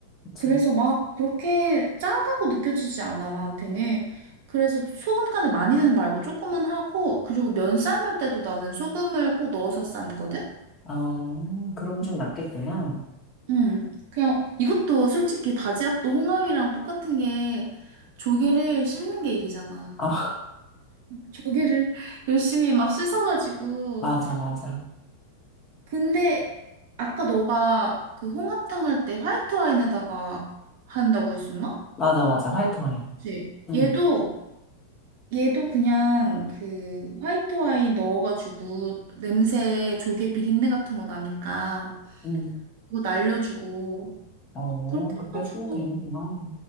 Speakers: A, on the left; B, on the right.
A: 그치.
B: 그래서 막 그렇게 짜다고 느껴지지 않아, 나한테는. 그래서 소금 간을 많이는 말고 조금은 하고, 그리고 면 삶을 때도 나는 소금을 꼭 넣어서 삶거든?
A: 아, 그럼 좀
B: 응.
A: 낫겠구나.
B: 음, 그냥 이것도 솔직히 바지락도 홍합이랑 똑같은 게 조개를 씻는 게 일이잖아.
A: 아, <laughs>
B: 조개를 열심히 막 씻어가지고.
A: 맞아, 맞아.
B: 근데 아까 너가 그 홍합탕 할 때 화이트 와인에다가 한다고 했었나?
A: 맞아, 맞아. 화이트 와인.
B: 그치?
A: 응.
B: 얘도 얘도 그냥 그 화이트 와인 넣어가지고 냄새 조개 비린내 같은 거 나니까
A: 음.
B: 그거 날려주고
A: 어,
B: 그렇게
A: 그렇게
B: 해가지고
A: 쓰면 되는구나.